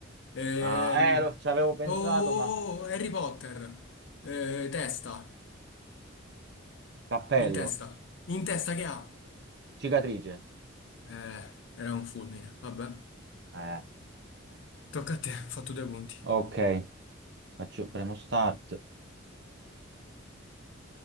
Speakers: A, on the left; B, on the right.
A: Ehm,
B: Ah, eh, lo- ci avevo
A: oh,
B: pensato,
A: oh,
B: ma...
A: oh, Harry Potter. Eh, testa.
B: Cappello,
A: In testa. In testa che ha?
B: cicatrice.
A: Eh, era un fulmine, vabbè.
B: Eh,
A: Tocca a te, ho fatto due punti.
B: ok. Faccio, premo start,